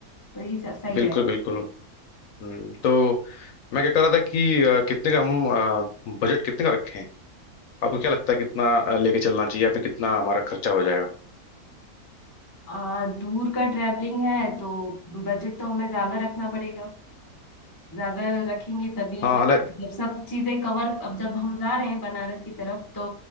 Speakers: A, on the left; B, on the left.
A: तो ये स- सही
B: बिल्कुल
A: रहेगा
B: बिल्कुल हम्म, तो मैं क्या कह रहा था कि अ, कितने का हम अ, बजट कितने का रखें आपको क्या लगता है कितना अ, लेके चलना चाहिए या फिर कितना हमारा खर्चा हो जाएगा
A: आ, दूर का ट्रैवलिंग है तो बजट तो हमें ज्यादा रखना पड़ेगा ज्यादा रखेंगे तभी हमें
B: हाँ हालांकि
A: जब सब चीजें कवर अब जब हम जा रहे हैं बनारस की तरफ तो